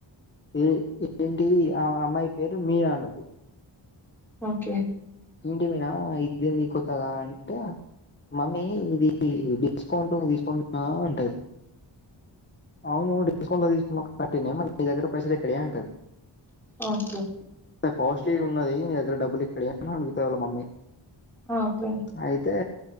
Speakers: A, on the left; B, in the centre.
A: ఏ ఏంటి ఆ అమ్మాయి పేరు మీరా అన్నట్టు
B: ఓకే
A: ఏంటిమీనా ఇదేంది కొత్తగా అంటే మమ్మీ ఇది డిస్కౌంట్ తీసుకున్నా అంటది అవును డిస్కౌంట్ లో తీసుకున్న కట్టి మరి ని దగ్గర పైసలు ఎక్కడి వే అంటది
B: ఓకేే
A: కాస్ట్లీ ఉన్నది నీదగ్గర డబ్బులు ఇక్కడ వే అని అడుగుతది వాళ్ళ మమ్మీ
B: ఆ, ఓకే.
A: అయితే